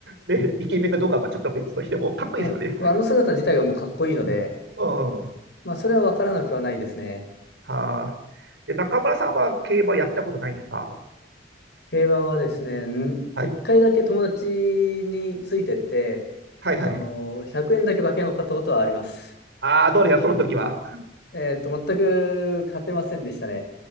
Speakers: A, on the right; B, on the left.
A: で、ねイケメンかどうかはまあちょっと別としても、かっこいいですよね。
B: んまああの姿自体がもうかっこいいので、
A: うん。うん。
B: まあ、それはわからなくはないですね。
A: はあ。で、中村さんは競馬やったことないんですか
B: 競馬はですね、ん一回だけ友達についてって、
A: はい。はいはいはい。
B: あのー、100円だけ馬券を買ったことはあります。
A: ああ、どうでしょう、その時は。
B: えっと、全く勝てませんでしたね。